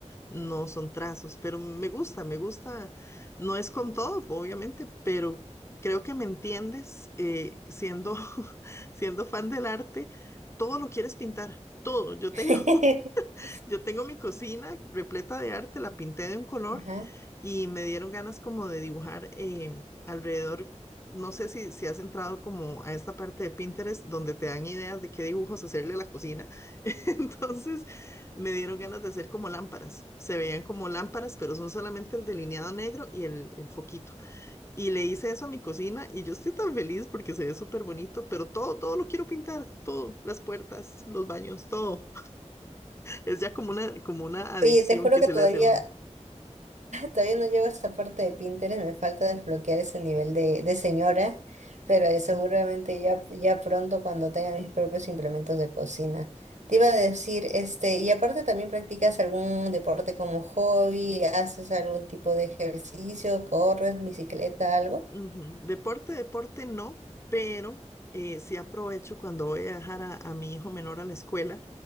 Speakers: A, on the left; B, on the right.
A: no son trazos, pero me gusta, me gusta, no es con todo, obviamente, pero creo que me entiendes, eh, siendo, <laughs> siendo fan del arte, todo lo quieres pintar, todo, yo tengo
B: <laughs>
A: Yo tengo mi cocina repleta de arte, la pinté de un color
B: Ajá.
A: y me dieron ganas como de dibujar eh, alrededor. No sé si, si has entrado como a esta parte de Pinterest donde te dan ideas de qué dibujos hacerle a la cocina. <laughs> Entonces me dieron ganas de hacer como lámparas. Se veían como lámparas, pero son solamente el delineado negro y el, el foquito. Y le hice eso a mi cocina y yo estoy tan feliz porque se ve súper bonito, pero todo, todo lo quiero pintar, todo, las puertas, los baños, todo. Es ya como una, como una adicción
B: Oye, te juro
A: que
B: que
A: se
B: todavía
A: le hace a uno.
B: Todavía no llego a esta parte de Pinterest, me falta desbloquear ese nivel de, de señora, pero eh, seguramente ya, ya pronto cuando tenga mis propios implementos de cocina. Te iba a decir, este, y aparte también practicas algún deporte como hobby, haces algún tipo de ejercicio, corres, bicicleta, algo.
A: Ujú. Deporte, deporte no, pero eh, sí aprovecho cuando voy a dejar a, a mi hijo menor a la escuela,